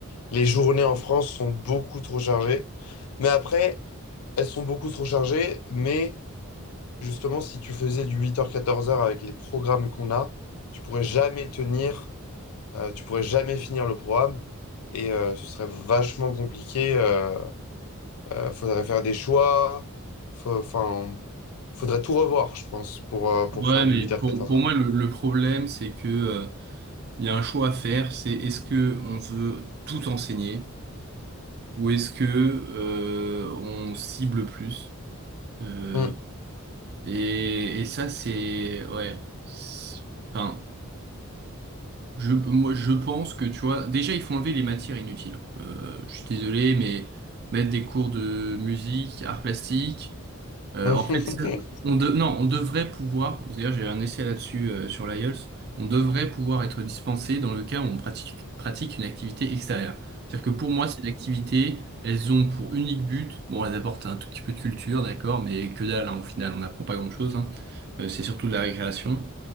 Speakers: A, on the left; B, on the right.
A: les journées en France sont beaucoup trop chargées. Mais après, elles sont beaucoup trop chargées, mais justement, si tu faisais du huit heures quatorze heures avec les programmes qu'on a, tu pourrais jamais tenir Euh, tu pourrais jamais finir le programme et euh, ce serait vachement compliqué. euh, euh, faudrait faire des choix. Faut- Enfin, faudrait tout revoir, je pense, pour, euh, pour
B: Ouais,
A: faire
B: mais
A: du 8
B: pour,
A: heures 14
B: pour moi, le, le problème, c'est que, euh, il y a un choix à faire, c'est est-ce que on veut tout enseigner ou est-ce que, euh, on cible plus? Euh,
A: h
B: et, et ça, c'est, ouais. C'est- Enfin, Je, moi, je pense que, tu vois, déjà, il faut enlever les matières inutiles. Euh, je suis désolé, mais mettre des cours de musique, art plastique, euh,
A: <laughs>
B: en fait, ça- on de- non, on devrait pouvoir, d'ailleurs, j'ai un essai là-dessus euh, sur l'IELTS, on devrait pouvoir être dispensé dans le cas où on pratique, pratique une activité extérieure. C'est-à-dire que pour moi, ces activités, elles ont pour unique but, bon, elles apportent un tout petit peu de culture, d'accord, mais que dalle, hein, au final, on n'apprend pas grand-chose, hein. Euh, c'est surtout de la récréation.